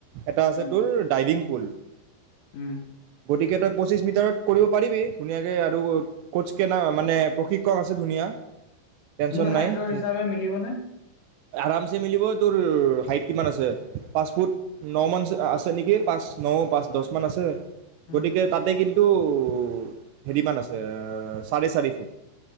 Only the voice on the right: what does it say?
এটা আছে
তোৰ ডাইভিং পুল,
গতিকে তই পঁচিশ মিটাৰত কৰিব পাৰিবি ধুনীয়াকে আৰু স্কটচ কেনা মানে প্ৰশিক্ষক আছে ধুনীয়া। টেনচন
নাই
আৰামছে মিলিব। তোৰ হাইট কিমান আছে? পাঁচফুট ন মানছ আছে নেকি? পাঁচ, ন, পাঁচ, দচ মান আছে।
গতিকে তাতে কিন টো ও, হেৰি মান আছে এ চাৰে চাৰি ফুট।